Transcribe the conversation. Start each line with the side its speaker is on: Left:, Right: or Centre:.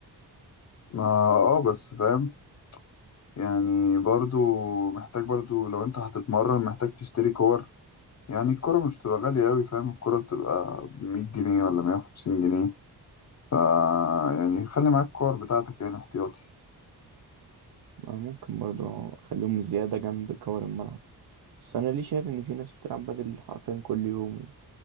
Left: ما اه بس فاهم يعني برضو محتاج برضو لو أنت هتتمرن محتاج تشتري كور يعني الكورة مش بتبقى غالية أوي فاهم الكورة بتبقى بمية جنيه ولا مية وخمسين جنيه فا يعني خلي معاك الكور بتاعتك يعني احتياطي
Right: أنا ممكن برضو اخليهم زيادة جنب كور الملعب بس انا ليه شايف ان في ناس بتلعب بدل حرفيا كل يوم